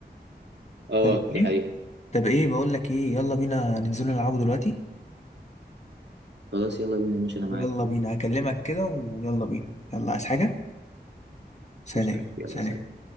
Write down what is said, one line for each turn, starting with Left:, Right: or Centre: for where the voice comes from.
Right: اه
Left: فاهمني؟
Right: دي حقيقة
Left: طب إيه بقول لك إيه يلا بينا ننزلوا نلعبوا دلوقتي
Right: خلاص يلا بينا ماشي أنا معاك
Left: يلا بينا هكلمك كده ويلا بينا يلا عايز حاجة؟ سلام
Right: مش تمام يلا
Left: سلام
Right: سلام